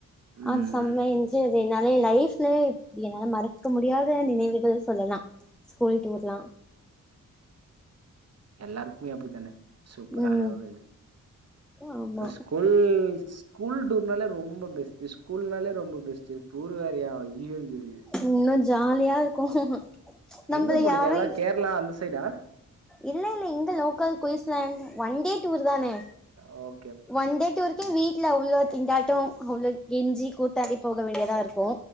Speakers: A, on the right (about 50°); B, in the centre.
A: ம்
B: அது செம்மையா இந்ச்சு சியர்ஸ் என்னாலயு என் லைஃப்லயே இப்டி என்னால மறக்க முடியாத நினைவுகள் சொல்லலா ஸ்கூல் டூர்லா
A: எல்லாருக்குமே அப்டித்தான சூப்பரான
B: ம்
A: ஒரு இது
B: ஆமா
A: அது ஸ்கூ ஃபுல் ஸ்கூல் டூர்னாலே ரொம்ப பெஸ்ட்டு ஸ்கூல்னாலே ரொம்ப பெஸ்ட்டு டூரு வேறயா <unintelligible>
B: இன்னு ஜாலியா இருக்கு நம்பள
A: எங்க போனீங்க
B: யாரு
A: எல்லா கேரளா அந்த சைடா
B: இல்ல இல்ல இங்க local Queensland one day tour தானே
A: ஓ
B: ஒன் டே டூருகே வீ ட்லோ அவ்ளோ திண்டாட்டோ அவ்ளோ கெஞ்சி கூத்தாடி போக வேண்டியதா இருக்கு